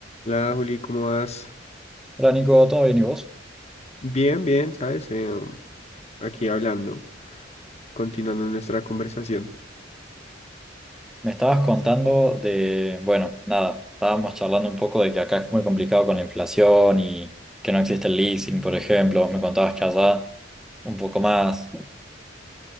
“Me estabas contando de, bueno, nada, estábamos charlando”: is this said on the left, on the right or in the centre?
Centre